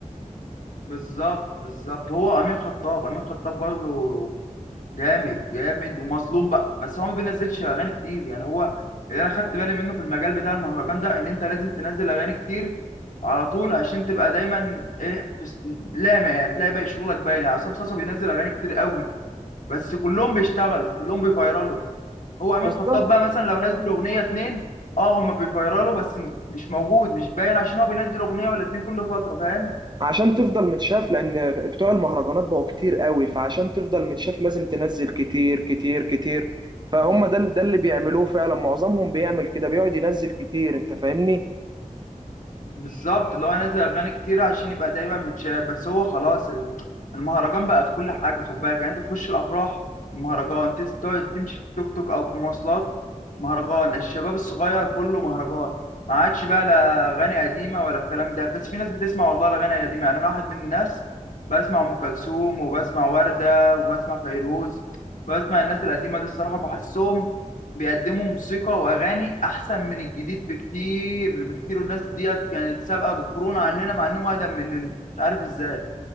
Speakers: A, on the left; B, on the right.
A: بالظبط بالظبط هو امين خطاب امين خطاب برضه جامد جامد ومظلوم بقى بس هو ما بينزلش اغاني كتير يعني هو اللي انا خدت بالي منه في المجال بتاع المهرجان ده ان انت لازم تنزل اغاني كتير على طول عشان تبقى دايما ايه في س- لامع يعني تلاقي بقى شغلك باين يعني عصام صاصا بينزل اغاني كتير قوي بس كلهم بيشتغلوا كلهم بيفيرالوا هو امين
B: بالظبط
A: خطاب بقى مثلا لو نزل اغنيه اتنين اه هما بيفيرالوا بس م- مش موجود مش باين عشان هو بينزل اغنيه ولا اتنين كل فتره فاهم
B: عشان تفضل متشاف لان بتوع المهرجانات بقوا كتير قوي فعشان تفضل متشاف لازم تنزل كتير كتير كتير فهم ده ده اللي بيعملوه فعلا معظمهم بيعمل كده بيقعد ينزل كتير انت فاهمني
A: بالظبط اللي هو ينزل اغاني كتيره عشان يبقى دايما متشاف بس هو خلاص ال- المهرجان بقى في كل حاجه خد بالك يعني انت تخش الافراح مهرجان تس- تقعد تمشي في توك توك او في مواصلات مهرجان الشباب الصغير كله مهرجان ما عادش بقى لا اغاني قديمه ولا الكلام ده بس في ناس بتسمع والله الاغاني القديمه يعني انا واحد من الناس بسمع ام كلثوم وبسمع ورده وبسمع فيروز بسمع الناس القديمه دي الصراحه بحسهم بيقدموا موسيقى واغاني احسن من الجديد بكتير بكتير والناس ديت كانت سابقه بالكورونا عننا مع انهم اقدم مننا مش عارف ازاي